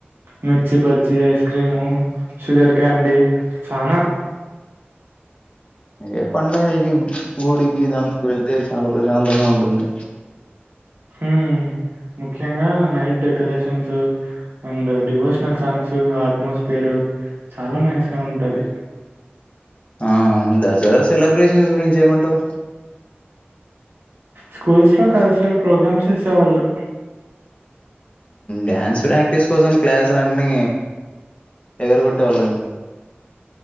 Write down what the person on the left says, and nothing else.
ఏ పండగలకి గుడికి <unintelligible> వెళ్తే చాలా ప్రశాంతంగ ఉంటుంది
ఆ దసరా సెలబ్రేషన్స్ గురించి ఏమంటావు
డ్యాన్స్ ప్రాక్టీస్ కోసం క్లాసులు అన్ని ఎగరగొట్టేవాళ్ళం గా